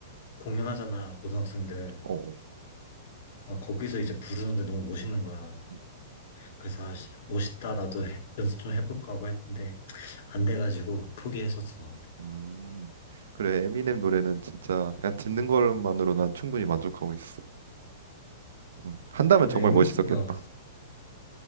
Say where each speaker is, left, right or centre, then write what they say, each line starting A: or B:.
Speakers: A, on the left; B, on the right.
A: 공연하잖아 고등학생들.
B: 어, 어.
A: 아, 거기서 이제 부르는데 너무 멋있는 거야.
B: 음.
A: 그래서 아, 씨, 멋있다. 나도 해- 연습 좀 해볼까 하고 했는데 안 돼가지고 포기했었어.
B: 음, 그래, 에미넴 노래는 진짜 그냥 듣는 것만으로 난 충분히 만족하고 있어. 음, 한다면
A: 아, 근데
B: 정말
A: 에미,
B: 멋있었겠다.
A: 어,